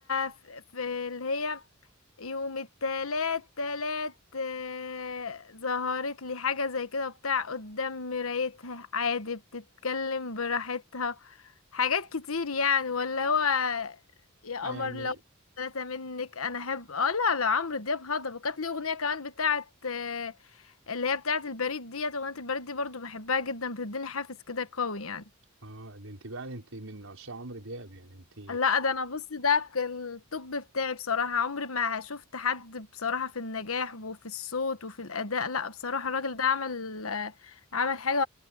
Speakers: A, on the left; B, on the right.
A: في في اللي هي يوم التلات تلات آه، ظهرت لي حاجة زي كده بتاع قدام مرايتها عادي بتتكلم براحتها حاجات كتير يعني ولا هو يا
B: اه
A: قمر
B: يعني
A: لو ثلاثة منك انا احب اه لا لا عمرو دياب هضبة وكانت ليه اغنية كمان بتاعت آه، اللي هي بتاعت البريد ديت اغنية البريد دي برضو بحبها جدا بتديني حافز كده قوي يعني
B: اه ده انت بقى انت من عشاق عمرو دياب يعني انت
A: لا ده انا بص ده ك- الطب بتاعي بصراحة عمري ما شفت حد بصراحة في النجاح وفي الصوت وفي الأداء لا بصراحة الراجل ده عمل آه، عمل حاجة